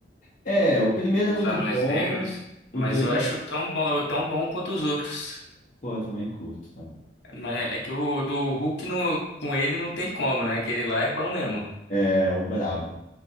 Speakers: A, on the left; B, on the left.
A: É, o primeiro
B: dos
A: é muito
B: Anões
A: bom,
B: Negros.
A: o
B: Mas
A: dois
B: eu acho
A: é.
B: tão bom, tão bom quanto os outros.
A: Pô, eu também curto, cara.
B: Mas é que o do Hulk no, com ele não tem como, né? Aquele lá é bom mesmo.
A: É o brabo.